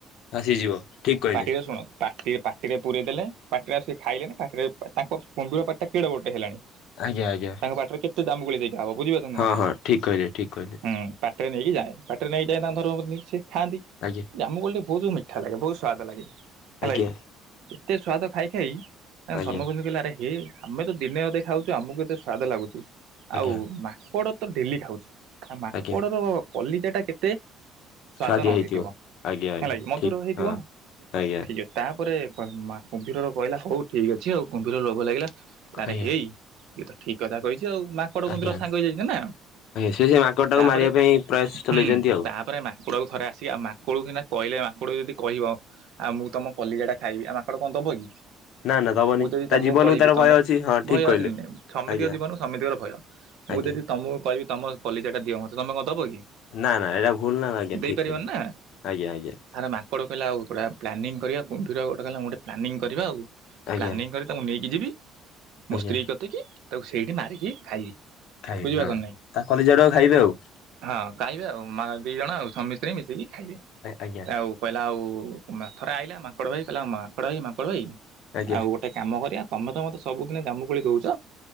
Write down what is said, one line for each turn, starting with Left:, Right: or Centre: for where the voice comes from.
Left: ଆସିଯିବ ଠିକ କହିଲେ
Right: ପାଟିରେ ଶୁଣନ୍ତୁ ପାଟି ପାଟିରେ ପୂରେଇ ଦେଲେ ପାଟିରେ ଆ, ସେ ଖାଇଲେନି ପାଟିରେ ତାଙ୍କ କୁମ୍ଭୀର ପାଟି ଟା କେଡ଼େ ବଡ଼ ଟେ ହେଲାଣି।
Left: ଆଜ୍ଞା, ଆଜ୍ଞା।
Right: ତାଙ୍କ ପାଟିରେ କେତେ ଜାମକୁଳି ଜେଗା ହବ, ବୁଝିପାରୁଛନ୍ତି
Left: ହଁ
Right: ନା ନାଇଁଁ?
Left: ହଁ ଠିକ କହିଲେ ଠିକ କହିଲେ।
Right: ହୁଁ, ପା ଟିରେ ନେଇକି ଯାଏ, ପାଟି ରେ ନେଇ ଯାଏ ତାଙ୍କ ଧର୍ମ ପତ୍ନୀ ସିଏ ଖାଆନ୍ତି।
Left: ଆଜ୍ଞା।
Right: ଜାମକୋଳି ଟି ଭଉତୁ ମିଠା ଲାଗେ, ବହୁତ ସ୍ୱାଦ ଲାଗେ ହେଲାକି,
Left: ଆଜ୍ଞା
Right: ଏତେ ସ୍ୱାଦ ଖାଇ ଖାଇ କ
Left: ଆଜ୍ଞା
Right: ଧର୍ମଗୁଞ୍ଜ କହିଲା ଆରେ ହେ ଆମେ ତ ଦିନେ ଅଧେ ଖାଉଛୁ ଆମକୁ ଏତେ ସ୍ଵାଦ ଲାଗୁଛି
Left: ଆଜ୍ଞା
Right: ଆଉ ମା ମାଙ୍କଡ଼ ତ ଡେଲି ଖାଉଛି ଆ, ମାଙ୍କଡ଼ର
Left: ଆଜ୍ଞା
Right: କଲିଜାଟା କେତେ ସ୍ଵାଦ
Left: ସୁଆଦିଆ
Right: ନ ହେଇଥିବ
Left: ଆଜ୍ଞା ଆଜ୍ଞା
Right: ହେଲା କି ମଧୁର
Left: ଠିକ
Right: ହେଇଥିବ
Left: ହଁ ଆଜ୍ଞା
Right: ଠିକ୍ ଅଛି। ତାପରେ କ-ମା- କୁମ୍ଭୀରର କହିଲା ହଉ ଠିକ୍ ଅଛି ଆଉ। କୁମ୍ଭୀର ଲୋଭ ଲାଗିଲା କହିଲା ଆରେ
Left: ଆଜ୍ଞା
Right: ହେଇ ଇଏ ତ ଠିକ କଥା କହିଛି ଆଉ ମା ଙ୍କଡ଼
Left: ଆଜ୍ଞା।
Right: କୁମ୍ଭୀର ସାଙ୍ଗ ହେଇଯାଇଛି ନା
Left: ଆଜ୍ଞା ସେ ସେ ମାଙ୍କଡଟାକୁ
Right: ତାପରେ
Left: ମାରିବା ପାଇଁ ପ୍ରୟାସ ଚଲେଇଛନ୍ତି
Right: ହୁଁ
Left: ଆଉ।
Right: ତାପରେ ମା କୁଡ଼କୁ ଥରେ ଆସି ଆ, ମାଙ୍କଡ଼ କୁ ସିନା କହିଲେ ମାଙ୍କଡ ଯଦି କହିବ ଆଉ ମୁଁ ତୋମ କଲିଜା ଟା ଖାଇବି, ଆଉ ମାଙ୍କଡ଼ କଣ ଦବ କି।
Left: ନା ନା ଦବନି
Right: ମୁଁ ଯଦି
Left: ତା
Right: ତୋମକୁ
Left: ଜୀବନକୁ
Right: କହିବି
Left: ତାର ଭୟ
Right: ତୋମ
Left: ଅଛି ହଁ ଠିକ
Right: ଭୟ
Left: କହିଲେ
Right: ଅଛି ନା ନାଇଁ, ସମିତିକ
Left: ଆଜ୍ଞା
Right: ଜୀବନ ସାମିତିକର ଭୟ। ମୁଁ
Left: ଆଜ୍ଞା।
Right: ଯଦି ତୋମକୁ କହିବି ତୋମ କଲିଜା ଟା ଦିଅ ମୋତେ ତୋମେ କଣ ଦବ କି?
Left: ନା ନା ଏଇଟା ଭୁଲ ନା ଆଜ୍ଞା
Right: ଦେଇପାରିବନି
Left: ଠିକ କହିଲେ
Right: ନା।
Left: ଆଜ୍ଞା, ଆଜ୍ଞା।
Right: ଆରେ ମାଙ୍କଡ଼ କହିଲା ହଉ ଗୋଟା ପ୍ଲାନିଂ କରିବା, କୁମ୍ଭୀର ଗୋଟେ କହିଲା ମୁଁ ଗୋଟେ ପ୍ଲାନିଙ୍ଗ କରିବା ଆଉ।
Left: ଆଜ୍ଞା
Right: ପ୍ଲାନିଂ କରି ତାକୁ ନେଇକି ଯିବି ମୋ
Left: ଆଜ୍ଞା
Right: ସ୍ତ୍ରୀ କତିକି ତାକୁ ସେଇଠି ମାରିକି ଖାଇବି।
Left: ଖାଇବି
Right: ବୁଝିପାରୁଛ
Left: ହଁ
Right: ନା ନାଇଁ।
Left: ତା କଲିଜା ଟାକୁ ଖାଇବେ ଆଉ।
Right: ହଁ ଖାଇବେ ଆଉ ମା- ଦି ଜଣ ଆଉ ସ୍ୱାମୀ ସ୍ତ୍ରୀ ମିଶିକି ଖାଇବେ।
Left: ଆଜ୍ଞା
Right: ଆଉ କହିଲା ଆଉ ମା-ଥରେ ଆଇଲା ମାଙ୍କଡ଼ ଭାଇ, କହିଲା ମାଙ୍କଡ଼ ଭାଇ ମାଙ୍କଡ଼ ଭାଇ
Left: ଆଜ୍ଞା
Right: ଆଉ ଗୋଟେ କାମ କରିବା ତୋମେ ତ ମତେ ସବୁଦିନେ ଜାମୁକୋଳି ଦଉଚ,